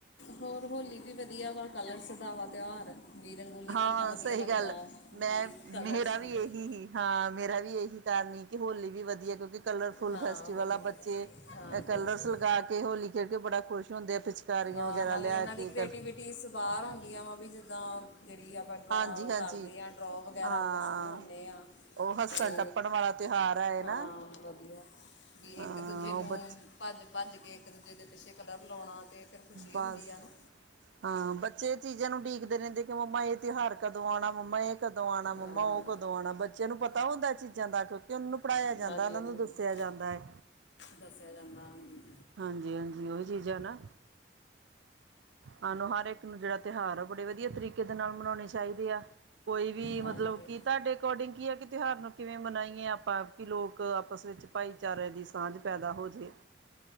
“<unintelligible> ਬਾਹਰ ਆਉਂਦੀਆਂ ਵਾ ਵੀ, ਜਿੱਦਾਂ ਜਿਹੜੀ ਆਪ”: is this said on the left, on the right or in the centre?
Left